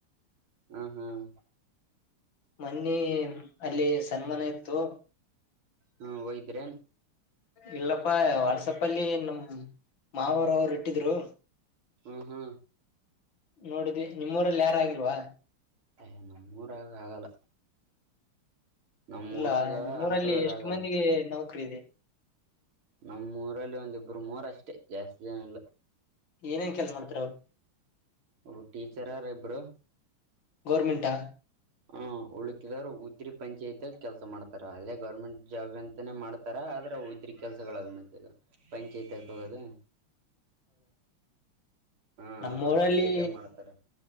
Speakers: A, on the right; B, on the left.
A: ಹ್ಮ್ ಹ್ಮ್
B: ಮನ್ನಿ ಅಲ್ಲಿ ಸನ್ಮಾನ ಇತ್ತು
A: ಹು ಹೋಗಿದ್ದರೇನು
B: ಇಲ್ಲಪ್ಪಾ ವಾಟ್ಸಪ ಅಲ್ಲಿ ನಮ್ಮ ಮಾವರು ಅವರು ಇಟ್ಟಿದ್ರು
A: ಹ್ಮ್ ಹ್ಮ
B: ನೋಡಿದೆ ನಿಮ್ಮೂರಲ್ಲಿ ಯಾರ ಆಗಿಲ್ವಾ
A: ಅಯ್ಯ ನಮ್ಮೂರ ಆಗ ಆಗಲ್ಲ ನಮ್ಮೂರಾಗ
B: ಇಲ್ಲ ನಮ್ಮ
A: ಅಂತವೆಲ್ಲ
B: ಊರಲ್ಲಿ ಎಷ್ಟು
A: ಆಗಲ್ಲ
B: ಮಂದಿಗೆ ನೌಕರಿ ಇದೆ
A: ನಮ್ಮ್ೂಊರಲ್ಲಿ ಒಂದಿಬ್ಬರು ಮೂರ ಅಷ್ಟೇ ಜಾಸ್ತಿ ಜನ ಎಲ್ಲ
B: ಏನೇನ್ ಕೆಲಸ ಮಾಡ್ತಾರೆ ಅವರು
A: ಹ್ ಟೀಚರ ಹರ ಇಬ್ಬರು
B: ಗೋರ್ಮೆಂಟಾ
A: ಹ್ಮ ಉಳಕಿದವರು ಉದ್ರಿ ಪಂಚಾಯತಿ ಕೆಲ್ಸ ಮಾಡ್ತಾರ ಅದೇ ಗೌರ್ಮೆಂಟ್ ಜಾಬ್ ಎಂತಾನೇ ಮಾಡ್ತ ತರ ಅದ್ರ ಒದ್ರಿ ಕೆಲಸಗಳಾದ ಪಂಚಾಯತಿ ಆ ತಗೋದು <unintelligible> ಹಾ
B: ನಮ್ಮ
A: ಆ
B: ಊರಲ್ಲಿ
A: ಪಂಚಾಯತಿಯಾಗ ಮಾಡ್ತಾರ